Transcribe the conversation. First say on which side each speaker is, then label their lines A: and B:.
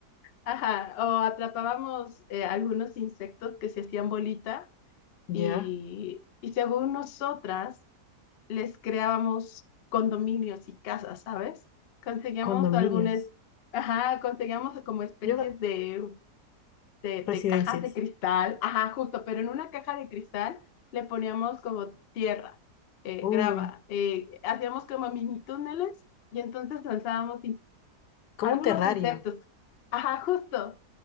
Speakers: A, on the left; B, on the left.
A: Ajá, o atrapábamos eh, algunos insectos que se hacían bolita
B: Ya,
A: y, y según nosotras les creábamos condominios y casas, ¿sabes? Conseguíamos
B: condominios.
A: algunas, ajá, conseguíamos como especies
B: Yo,
A: de de,
B: residencias.
A: de cajas de cristal, ajá, justo, pero en una caja de cristal le poníamos como tierra, eh,
B: Uy,
A: grava, eh, hacíamos como mini túneles y entonces lanzábamos in-
B: como
A: algunos
B: un terrario.
A: insectos, ajá, justo.